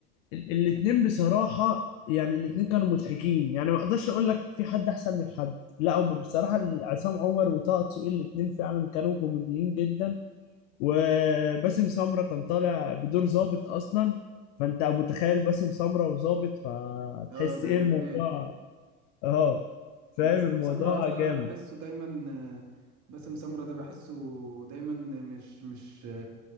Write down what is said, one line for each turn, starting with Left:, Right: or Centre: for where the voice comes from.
Left: الاثنين بصراحة يعني الاثنين كانوا مضحكين يعني ما اقدرش اقول لك في حد احسن من حد لا هم بصراحة عصام عمر وطه دسوقي الاثنين فعلا كانوا كوميديين جدا وباسم سمرة كان طالع بدور ظابط اصلا فانت متخيل باسم سمرة وظابط فتحس
Right: اه ده
Left: ايه الموضوع
Right: ده جنان
Left: اه فاهم
Right: باسم
Left: الموضوع
Right: سمرة اصلا
Left: جامد
Right: انا بحسه دايما آه، باسم سمرة ده بحسه دايما مش مش آه،